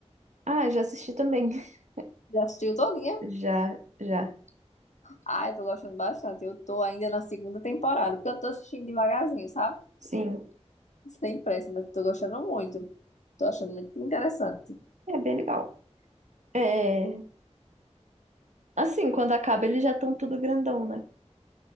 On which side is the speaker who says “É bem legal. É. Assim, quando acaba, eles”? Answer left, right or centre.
Right